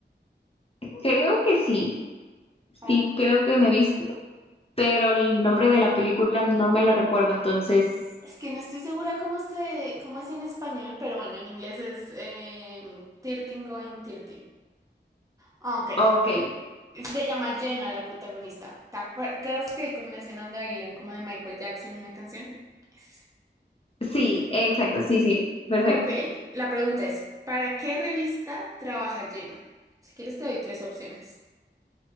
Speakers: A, on the left; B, on the right.
A: Creo que sí.
B: Ok.
A: Sí, creo que me he visto pero el nombre de la película no me la recuerdo, entonces,
B: Es que no estoy segura cómo se, cómo es en español, pero bueno, en inglés es eh, 13 Going 30. Ah, Ok.
A: ok,
B: Se llama Jenna la protagonista. ¿Te acuerdas que hay como una escena donde bailan como de Michael Jackson una canción? Es esa.
A: sí, exacto, sí, sí, perfecto.
B: Ok, la pregunta es, ¿para qué revista trabaja Jenna? Si quieres te doy tres opciones.